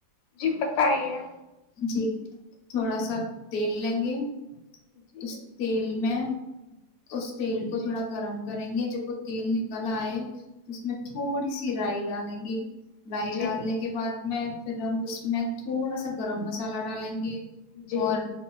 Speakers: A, on the left; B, on the left.
A: جی پت ہی ہے
B: جی تھوڑا سا تیل لیںگے
A: جی
B: اس تیل میں اس تیل
A: جی
B: کو تھوڑا گرم کریں گے جب وہ تیل نکل آئے تو اس میں تھوڑی سی رائی ڈالیں گی
A: جی
B: رائی ڈالنے کے بعد میں فھرم اس میں تھوڑا سا گرم مسالہ ڈالیں گے
A: جی
B: اور